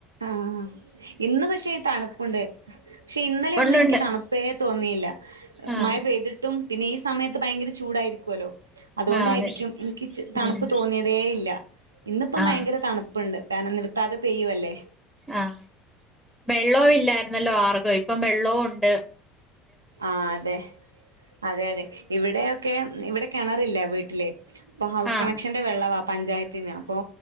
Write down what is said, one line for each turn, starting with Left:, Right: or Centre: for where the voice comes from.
Right: ആ ഇന്ന് പക്ഷെ തണുപ്പുണ്ട് പക്ഷെ ഇന്നലെ
Centre: ഉണ്ടുണ്ട്
Right: ഒന്നും എനിക്ക് തണുപ്പേ തോന്നിയില്ല
Centre: ആഹ്
Right: മഴ പെയ്തിട്ടും പിന്നെ ഈ സമയത്ത് ഭയങ്കര ചൂടായിരിക്കൊല്ലോ അതുണ്ടായിരിക്കും
Centre: ആഹ് അതെ
Right: എനിക്ക് തണുപ്പ്
Centre: ഉം
Right: തോന്നിയതേ ഇല്ല ഇന്നിപ്പം
Centre: ആഹ്
Right: ഭയങ്കര തണുപ്പുണ്ട് കാരണം നിർത്താതെ പെയ്യൂല്ലേ
Centre: അ വെള്ളോം ഇല്ലാരുന്നല്ലോ. മാർഗം ഇപ്പം വെള്ളോം ഒണ്ട്
Right: ആ അതെ അതെ അതെ ഇവിടെയൊക്കെ ഇവിടെ കെണറില്ല വീട്ടില്. ഇപ്പം ഹൗസ്
Centre: ആഹ്
Right: കണക്ഷ്ന്റെ വെള്ളവാ പഞ്ചായത്തിനോ ഇപ്പോ